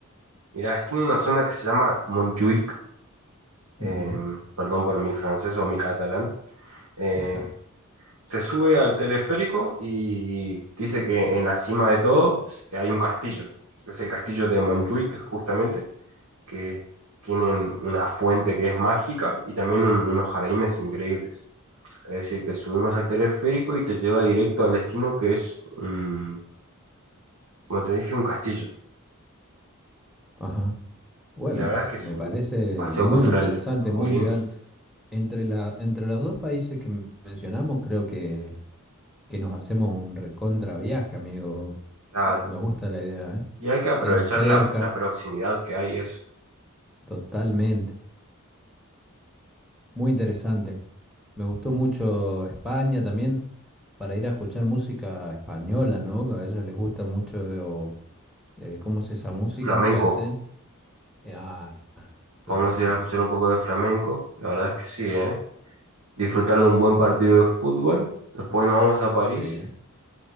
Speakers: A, on the right; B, in the centre.
A: Mira, estoy en una zona que se llama Montjuïc, eh,
B: Ujú.
A: perdón por mi francés o mi catalán, eh,
B: <laughs>
A: se sube al teleférico y dice que en la cima de todo hay un castillo, es el castillo de Montjuic justamente, que tienen una fuente que es mágica y también un- unos jardines increíbles. Es decir, que subimos al teleférico y te lleva directo al destino que es, un- como te dije, un castillo.
B: Ajá. Bueno,
A: Y la verdad es que es
B: me
A: un
B: parece
A: paseo
B: muy
A: cultural
B: interesante, muy
A: muy lindo.
B: intrigante. Entre la, entre los dos países que mencionamos, creo que, que nos hacemos un recontra viaje, amigo.
A: Claro.
B: Me gusta la idea, ¿eh?
A: Y hay que aprovechar
B: Quedan cerca,
A: la, la proximidad que hay, eso.
B: totalmente. Muy interesante. Me gustó mucho España también, para ir a escuchar música española, ¿no? A ellos les gusta mucho eh, cómo es esa música
A: Flamenco.
B: que hacen. Eh, ah, flamenco.
A: Podemos ir a escuchar un poco de flamenco. La verdad es que sí, ¿eh? Disfrutar de un buen partido de fútbol. Después nos vamos a París.
B: Sí.